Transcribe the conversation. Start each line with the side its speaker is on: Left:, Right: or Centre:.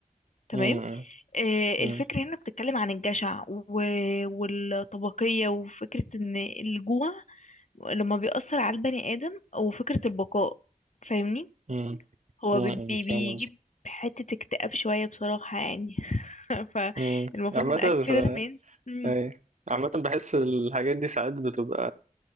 Left: تمام
Right: مم.
Left: آه
Right: مم.
Left: الفكرة هنا بتتكلم عن الجشع و... والطبقية وفكرة ان الجوع لما بيأثر على البني آدم وفكرة البقاء فاهمني
Right: مم.
Left: هو
Right: مم.
Left: بي- بي- بيجيب
Right: فاهم قصدي
Left: حتة اكتئاب شوية بصراحة يعني <laughs> فالمفروض
Right: امم عامة
Left: الأكل
Right: ف-
Left: ده لما ينزل مم.
Right: أيوة عامة بحس الحاجات دي ساعات بتبقى